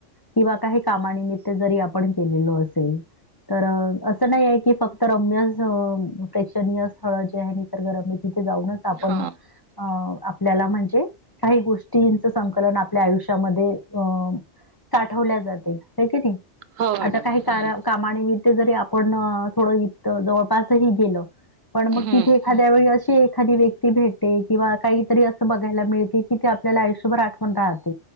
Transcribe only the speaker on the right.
हा
हो मॅडम
हम्म
हम्म